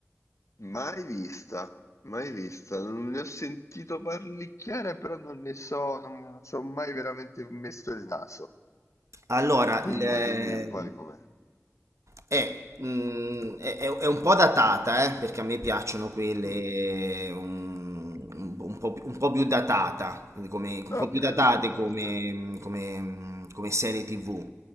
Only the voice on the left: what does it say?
Mai vista, mai vista. Non ne ho sentito parlicchiare, però non ne so, non ci ho mai veramente messo il naso.
Dimmi,
dimmi un po' di com'è.
Mm,
vabbè,
non importa.